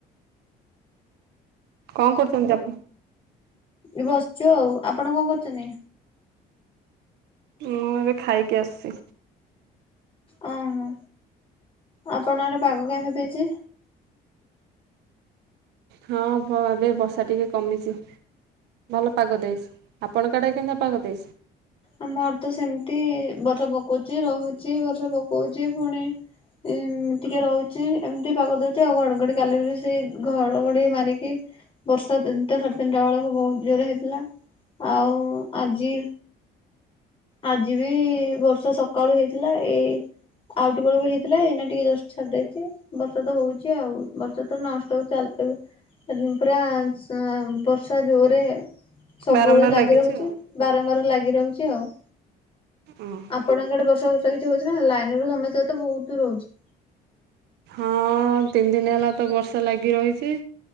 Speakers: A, on the right; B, on the left.
A: କଣ କରୁଚନ୍ତି ଆପଣ?
B: ଏଇ ବସିଚୁ ଆଉ। ଆପଣ କଣ କରୁଚନ୍ତି?
A: ମୁଁ ଏବେ ଖାଇକି ଆସଚି।
B: ଓହୋ। ଆପଣଙ୍କ ଆଡେ ପାଗ କେମିତି ଦେଇଚି?
A: ହଁ ଭ ଏବେ ବର୍ଷା ଟିକେ କମିଚି। ଭଲ ପାଗ ଦେଇଚି। ଆପଣଙ୍କ ଆଡ଼େ କେନ୍ତିଆ ପାଗ ଦେଇଚି?
B: ଆମ ଆଡେ ତ ସେମତି। ବର୍ଷା ପକଉଚି ରହୁଚି ବର୍ଷା ପକଉଚି ଫୁଣି ଇ ଟିକେ ରହୁଚି ଏମ୍ତି ପାଗ ଦଉଚି ଆଉ। ଘଡଘଡି କାଲିର ସେଇ ଘଡଘଡି ମାରିକି ବର୍ଷା ତିନିଟା ସାଢେ ତିନିଟା ବେଳକୁ ବହୁତ ଜୋରେ ହେଇଥିଲା। ଆଉ ଆଜି ଆଜି ବି ବର୍ଷା ସକାଳୁ ହେଇଥିଲା। ଏଇ ଆଉ ଟିକେ ବେଳ କୁ ହେଇଥିଲା। ଏଇନା ଟିକେ ଜଷ୍ଟ ଛାଡିଯାଇଚି। ବର୍ଷା ତ ହଉଚି ଆଉ। ବର୍ଷା ତ ନନଷ୍ଟପ୍ <unintelligible> ପୁରା ସ ବର୍ଷା ଜୋରେ ସବୁବେଳେ
A: ବାରମ୍ବାର
B: ଲାଗି
A: ଲାଗିଛି
B: ରହୁଚି।
A: ଆଉ।
B: ବାରମ୍ବାର ଲାଗି ରହୁଚି ଆଉ।
A: ହଁ
B: ଆପଣଙ୍କ ଆଡେ ବର୍ଷା ଫର୍ଷା କିଛି ହଉଚି ନା, ଲାଇନି ର ସମସ୍ୟା ତ ବହୁତୁ ରହୁଚି।
A: ହଁ ତିନି ଦିନି ହେଲା ତ ବର୍ଷା ଲାଗି ରହିଚି।